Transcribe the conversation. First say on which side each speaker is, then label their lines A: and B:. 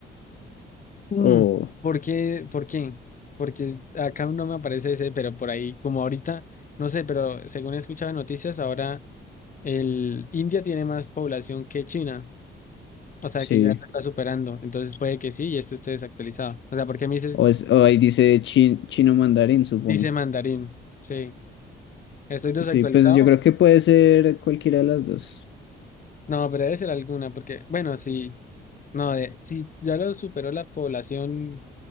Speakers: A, on the left; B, on the left.
A: Mm,
B: o
A: ¿Por qué? ¿Por qué? Porque acá no me aparece ese, pero por ahí, como ahorita, no sé, pero según he escuchado en noticias, ahora el India tiene más población que China, o sea
B: sí.
A: que ya la está superando, entonces puede que sí y este esté desactualizado. O sea, ¿por qué me dices,
B: O, es- o ahí dice chin- chino mandarín, supongo.
A: dice mandarín? Sí, ¿estoy desactualizado?
B: Sí, pues yo creo que puede ser cualquiera de las dos.
A: No, pero debe ser alguna, porque, bueno, sí, no, de, si ya lo superó la población